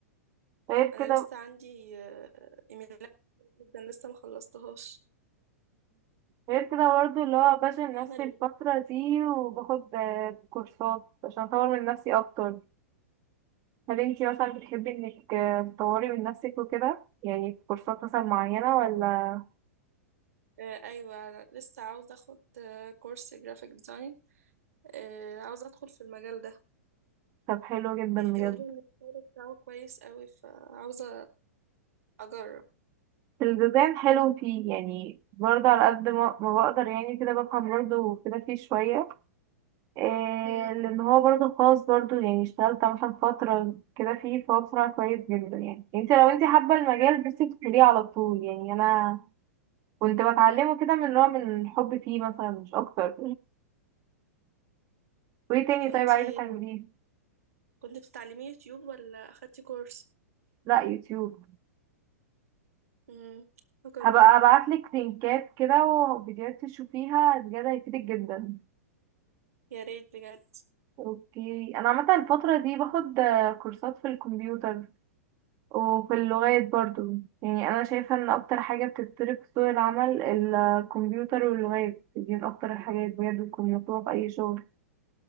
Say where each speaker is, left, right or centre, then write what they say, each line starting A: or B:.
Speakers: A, on the right (about 40°); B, on the right (about 70°).
A: غير كده
B: انا لسه عندي آه، ايميلات كتير جدا لسه ما خلصتهاش
A: غير كده برضو اللي هو بشغل
B: احنا
A: نفسي
B: الاتنين
A: الفترة دي وباخد آه، كورسات عشان أطور من نفسي أكتر هل انتي مثلا بتحبي إنك آه، تطوري من نفسك وكده يعني في كورسات مثلا معينة ولا
B: آه، ايوه أنا لسه عاوزه اخد آه، كورس جرافيك ديزاين آه، عاوزه ادخل في المجال ده
A: طب حلو جدا
B: بيقولوا
A: بجد
B: ان الشغل بتاعه كويس قوي فعاوزه اجرب
A: الديزاين حلو فيه يعني برضه على قد ما ما بقدر يعني كده بفهم برضه كده فيه شوية إيه
B: مم،
A: لأن هو برضه خاص برضه يعني اشتغلت مثلا فترة كده فيه فهو بصراحة كويس جدا يعني انت لو انت حابة المجال بس تدخليه على طول يعني أنا كنت بتعلمه
B: مم.
A: كده من نوع من الحب فيه مثلا مش أكتر وايه تاني
B: كنتي
A: طيب عايزة تعمليه؟
B: كنت بتتعلمي يوتيوب ولا اخدتي كورس
A: لا يوتيوب
B: مم، اجرب
A: هبقى ابعتلك لينكات كده وفيديوهات تشوفيها بجد هيفيدك جدا
B: يا ريت بجد
A: اوكي انا عامه الفتره دي باخد آه، كورسات في الكمبيوتر وفي اللغات برضو يعني انا شايفه ان اكتر حاجه بتتطلب في سوق العمل الكمبيوتر واللغات دي من اكتر الحاجات بجد بتكون مطلوبه في اي شغل